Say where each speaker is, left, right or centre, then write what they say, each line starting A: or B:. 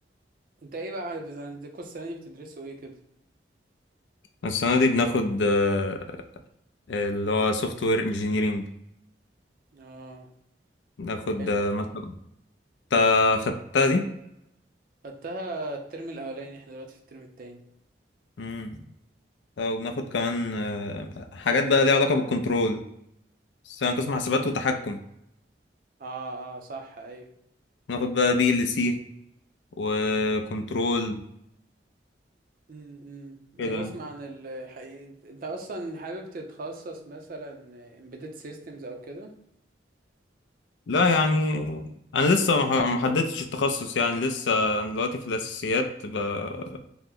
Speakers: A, on the right; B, on the left.
A: انت ايه بقى عندكم السنة دي بتدرسوا ايه كده؟
B: السنة دي بناخد آه، اللي هو سوفت وير انجينيرنج
A: اه
B: بناخد
A: حلو
B: آه، مثلا انت خدتها دي
A: خدتها الترم الأولاني احنا دلوقتي في الترم التاني
B: امم وبناخد كمان آه، حاجات بقى ليها علاقة بالكنترول بس انا قسم حسابات وتحكم
A: اه اه صح ايوه
B: ناخد بقى بي ال سي وكنترول
A: امم
B: كده
A: ايوه
B: يعني
A: اسمع عن الحقيقة انت اصلا حابب تتخصص مثلا embedded systems او كده؟
B: لا يعني انا لسه ما ما حددتش التخصص يعني لسه انا دلوقتي في الاساسيات ب-